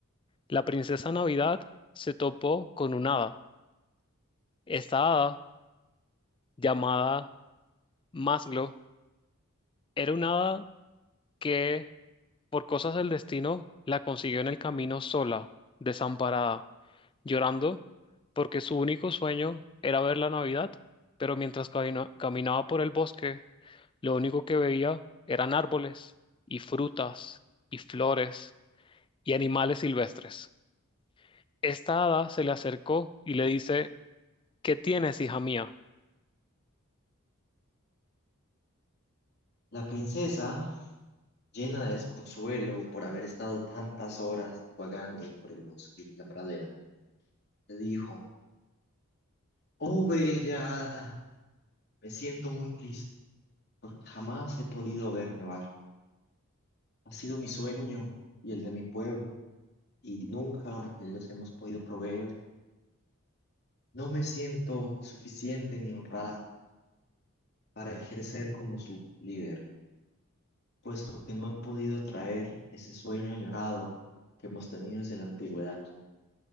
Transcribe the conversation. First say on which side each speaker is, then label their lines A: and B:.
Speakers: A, on the left; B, on the left.
A: la princesa Navidad se topó con una hada. Esta hada, llamada Masglo, era una hada que Por cosas del destino, la consiguió en el camino sola, desamparada, llorando, porque su único sueño era ver la Navidad, pero mientras camina- caminaba por el bosque, lo único que veía eran árboles y frutas y flores y animales silvestres. Esta hada se le acercó y le dice, ¿Qué tienes, hija mía?
B: La princesa, llena de desconsuelo por haber estado tantas horas vagando por el bosque y la pradera, le dijo, Oh, bella hada, me siento muy triste porque jamás he podido ver nevar. Ha sido mi sueño y el de mi pueblo y nunca les hemos podido proveer No me siento suficiente ni honrada para ejercer como su líder, puesto que no he podido traer ese sueño añorado que hemos tenido desde la antigüedad.